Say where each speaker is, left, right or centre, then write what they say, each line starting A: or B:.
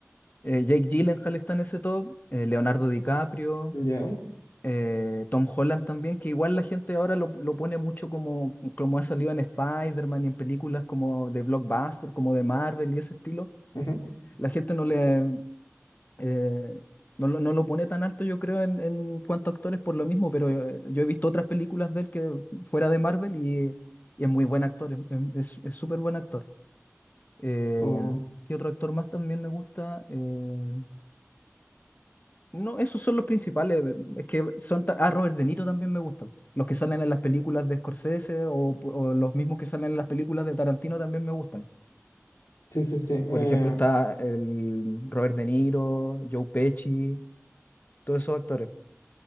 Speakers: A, on the left; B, on the left.
A: eh, Jake Gyllenhaal está en ese top, eh, Leonardo DiCaprio,
B: Ya.
A: eh, Tom Holland también, que igual la gente ahora lo, lo pone mucho como, como ha salido en Spider-Man y en películas como de blockbuster, como de Marvel y ese estilo.
B: ujú.
A: La gente no le eh, no, lo no lo pone tan alto, yo creo, en, en cuanto a actores por lo mismo, pero eh, yo he visto otras películas de él que fuera de Marvel y, y es muy buen actor, es es- es súper buen actor. Eh,
B: Oh,
A: ¿qué otro actor más también me gusta? Eh, No, esos son los principales. Es que son ta- ah, Robert De Niro también me gusta. Los que salen en las películas de Scorsese o, o los mismos que salen en las películas de Tarantino también me gustan.
B: Sí, sí, sí.
A: Por
B: eh,
A: ejemplo, está el Robert De Niro, Joe Pesci, todos esos actores.